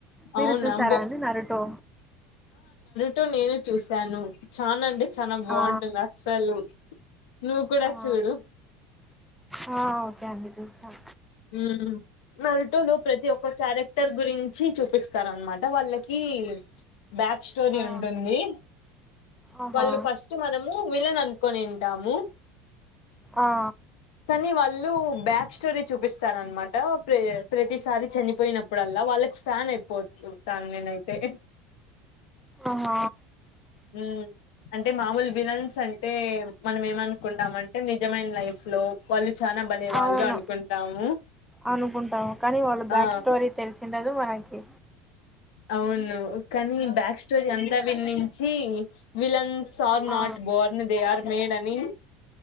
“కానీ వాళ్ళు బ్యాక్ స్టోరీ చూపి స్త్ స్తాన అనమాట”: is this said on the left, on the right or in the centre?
Left